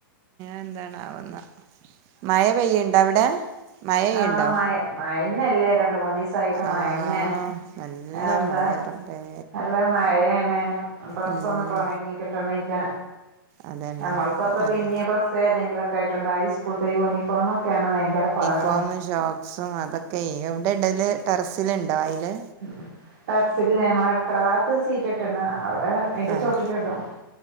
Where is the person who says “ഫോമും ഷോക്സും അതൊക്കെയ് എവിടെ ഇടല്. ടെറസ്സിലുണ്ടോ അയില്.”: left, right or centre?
Right